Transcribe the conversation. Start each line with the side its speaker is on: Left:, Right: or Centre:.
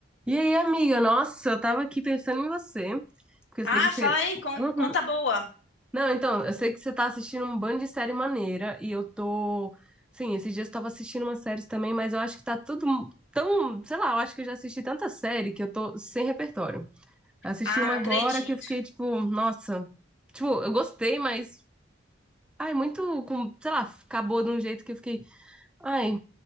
Centre: E aí, amiga? Nossa, eu tava aqui pensando em você, porque eu
Left: Ah,
Centre: sei que você.
Left: fala aí, con-
Centre: Uhum.
Left: conta boa.
Centre: Não, então, eu sei que você tá assistindo um bando de série maneira, e eu tô. Sim, esses dias eu tava assistindo umas séries também, mas eu acho que tá tudo tão. Sei lá, eu acho que eu já assisti tanta série que eu tô sem repertório. Assisti
Left: Ah,
Centre: uma
Left: não
Centre: agora
Left: acredito.
Centre: que eu fiquei tipo, nossa. Tipo, eu gostei, mas. Ai, muito. Com... Sei lá, acabou de um jeito que eu fiquei. Ai,